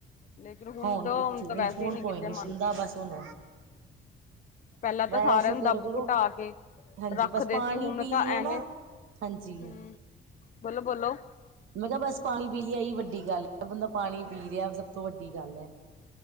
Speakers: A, on the left; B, on the right.
A: ਲੇਕਿਨ
B: ਹੁਣ
A: ਤਾਂ
B: ਕਿੱਥੇ,
A: ਤਾਂ ਵੈਸੇ
B: ਹੁਣ
A: ਹੀ ਨਹੀਂ
B: ਕੋਈ
A: ਕਿਤੇ
B: ਨੀ
A: ਮੰਨਦੀਆਂ।
B: ਸੁਣਦਾ, ਬਸ ਹੁਣ
A: ਪਹਿਲਾਂ ਤਾਂ
B: ਮੈਂ,
A: ਸਾਰਿਆਂ
B: ਸ਼ੁਕਰ
A: ਨੂੰ ਦੱਬ
B: ਕਰੋ,
A: ਘੁਟਾ ਕੇ
B: ਹਾਂਜੀ,
A: ਰੱਖਦੇ
B: ਬਸ ਪਾਣੀ
A: ਸੀ ਹੁਣ
B: ਪੀ
A: ਤਾਂ
B: ਲਈਏ
A: ਐਵੇਂ
B: ਨਾ। ਹਾਂਜੀ,
A: ਹੂੰ ਬੋਲੋ-ਬੋਲੋ
B: ਮੈਂ ਕਿਹਾ ਬਸ ਪਾਣੀ ਪੀ ਲਈਏ, ਇਹ ਹੀ ਵੱਡੀ ਗੱਲ। ਜਿਹੜਾ ਬੰਦਾ ਪਾਣੀ ਪੀ ਰਿਹਾ, ਸਭ ਤੋਂ ਵੱਡੀ ਗੱਲ ਹੈ।